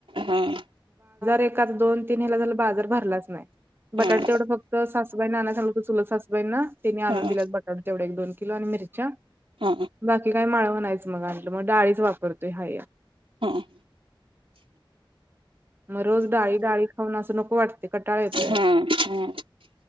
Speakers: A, on the right; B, on the right.
A: हम्
B: एका दोन तीन हेला झाला बाजार भरलाच नाही बटाटे
A: हम्म हम्म
B: तेवढं फक्त सासबाई ना आणा झाचाल होतं चुलं सासबाईंना त्याने आणून
A: हम्म
B: दिल्यास बटाटा तेवढे एक दोन किलो आणि मिरच्या
A: हा
B: बाकी काय माळवण नायच आणल मग डाळीच वापरतोय हा
A: हम्म
B: मग रोज डाळी डाळी खाऊन अस नको वाटते कटाळ येतोय.
A: हम्म हम्म